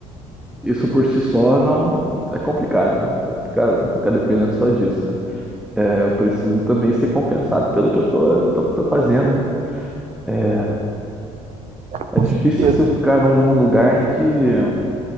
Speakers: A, in the centre; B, on the right (about 40°).
A: isso por si só não é complicado, né? Ficar, ficar dependendo só disso, né? É, eu preciso também ser compensado pelo que eu tô, eu tô, tô fazendo, né? É
B: É, com
A: é difícil
B: certeza.
A: você ficar num, num lugar em que